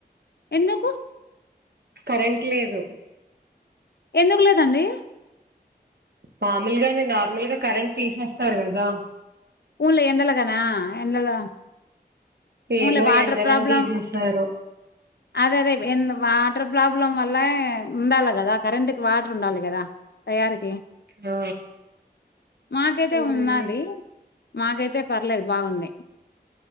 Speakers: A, on the left; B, on the right.
A: ఎందుకు
B: కరెంట్ లేదు
A: ఎందుకు లేదండి
B: మామూలుగానే నార్మల్గా కరెంట్ తీసేస్తారు కదా
A: ఊర్లో ఎండలకనా ఎండలో
B: ఏమో
A: ఊన్లే వాటర్
B: ఎండలని
A: ప్రాబ్లం
B: తీసేసారో
A: అదే అదే ఎ వాటర్ ప్రాబ్లం వల్ల ఉండాలి కదా కరెంటు కి వాటర్ ఉండాలి కదా తయారికి
B: ఆ
A: మాకైతే
B: అవునండి
A: ఉన్నది మాకైతే పర్లేదు బాగుంది